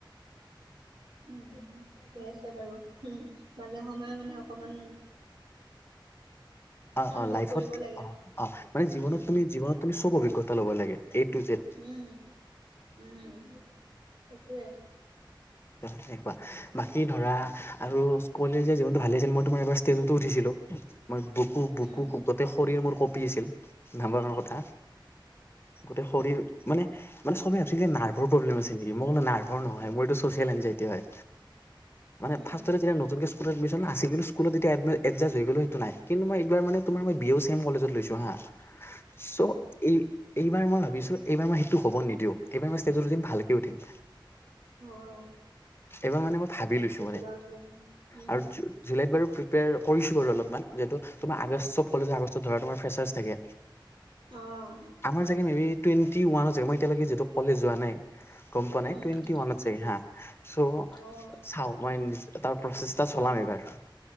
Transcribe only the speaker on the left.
অ
অ লাইফত
অ অ মানে জীৱনত
তুমি জীনত তুমি সব অভিজ্ঞতা ল'ব লাগে এ টু জেট।
সনেকুৱা বাকী ধৰা আৰু কলেজীয়া জীৱনতটো ভালে আছিল মই তোমাৰ এবাৰ ষ্টেজতো উঠিছিলো। মই বুকু বুকু
গোটেই শৰীৰৰ মোৰ কঁপি আছিল। <unintelligible> কথা গোটেই শৰীৰ মানে মানে চবেই ভাবছিল নাৰ্ভৰ প্ৰব্লেম আছে নেকি? মই বলো নাৰ্ভৰ নহয়। মোৰ এইটো চচিয়েল এনজাইটি হয়। মানে
ফাচততে যেতিয়া নতুনকে স্কুলত এডমিচন আছিল, স্কুলত এ এডজা হৈ গ'ল সেইটো নাই। কিন্ত মই এইবাৰ মে তোমাৰই বি এ ছেম কলেজত লৈছো হা।
চ' এই এইবাৰ মই ভাবিছো এইবাৰ মই সেইটো হ'ব নিদিও। এইবাৰ মই ষ্টেজতটো দিম ভালকে উঠিম।
এইবাৰ মানে মই ভাবি লৈছো
মানে
আৰু জু জুলাইত বাৰু প্ৰিপেয়াৰ কৰিছোঁ বাৰু অলপমান যিহেতু, তোমাৰ আগষ্ট চব কলেজ আগষ্টত ধৰা তোমাৰ ফ্ৰেচাৰছ থাকে।
আমাৰ চাগে মেবি টুৱেটি ওৱানত চাগে মই এতিয়ালৈকে যিহেতু কলেজ যোৱা নাই গম পোৱা নাই
টুৱেনটি
ৱানত। চাগে হাঁ চ'
চাও মই তাৰ প্ৰচেষ্টা চলাম এইবাৰ।